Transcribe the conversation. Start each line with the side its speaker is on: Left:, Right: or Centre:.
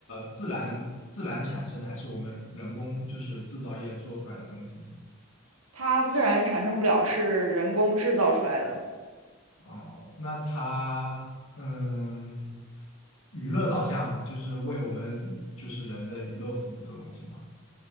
Left: 自然自然产生的，还是我们人工就是制造业做出来的东西呢？
Right: 它自然产生不了，是人工制造出来的。
Left: 哦，那它嗯，娱乐导向吗？就是为我们就是人的娱乐服务的东西吗？